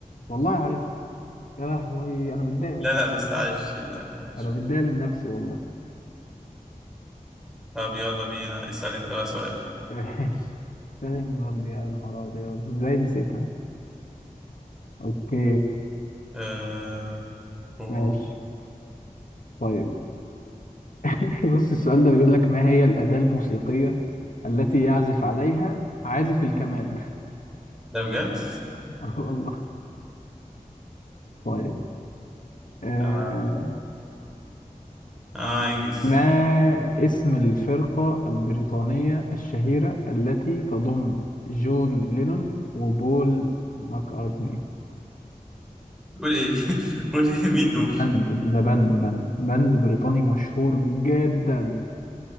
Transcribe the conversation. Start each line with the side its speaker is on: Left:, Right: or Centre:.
Left: والله عارفها يا لهوي انا متضايق من
Centre: لا
Left: نفسي
Centre: لا بس عايش
Left: <laughs>
Centre: صدقني عايش
Left: انا متضايق من نفسي والله
Centre: طب يلا بينا اسأل انت بقى سؤال
Left: ماشي ستالين جارد يا نهار ابيض ازاي نسيتها اوكي
Centre: آه... هو
Left: ماشي طيب <laughs> بص السؤال ده بيقول لك ما هي الاداة الموسيقية التي يعزف عليها عازف الكمان
Centre: ده بجد؟
Left: <laughs> آه والله طيب آه،
Centre: اه آه، انجز
Left: ما اسم الفرقة البريطانية الشهيرة التي تضم جون لينون وبول ماكارتني
Centre: قول ايه <laughs> قول ايه مين دول؟
Left: باند ده باند باند باند بريطاني مشهور جدا